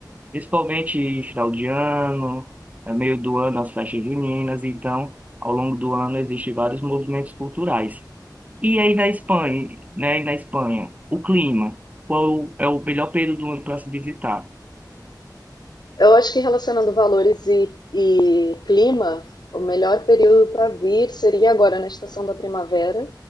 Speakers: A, on the right (about 20°); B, on the left (about 70°).
A: Principalmente em final de ano, é meio do ano, as festas juninas, então, ao longo do ano, existem vários movimentos culturais. E aí da Espanha, né? E na Espanha, o clima. Qual é o melhor período do ano para se visitar?
B: Eu acho que relacionando valores e, e clima, o melhor período para vir seria agora na estação da primavera,